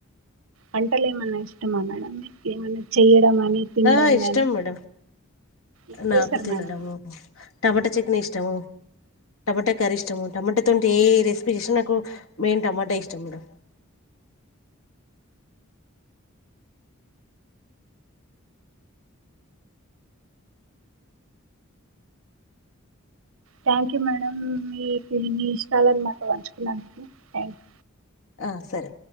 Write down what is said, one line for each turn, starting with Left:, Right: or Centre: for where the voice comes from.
Right: వంటలు ఏమన్నా ఇష్టమా మేడం మీకేమన్న చేయడం అని తినడం
Left: ఆ ఇష్టం
Right: గాని
Left: మేడం
Right: ఏం
Left: నాకు
Right: చేస్తారు
Left: తినడము
Right: మేడం
Left: టమాట చట్ నీ ఇష్టము టమాటా కర్రి ఇష్టము టమాటా ంటే ఏ రెసిపీ చేసిన నాకు మెయిన్ టమాటా ఇష్టం మేడం
Right: థ్యాంక్ యూ మేడం మీ మీ ఇష్టాలన్ని నాతో పంచుకున్నందుకు థ్యాంక్ యూ
Left: ఆ సరే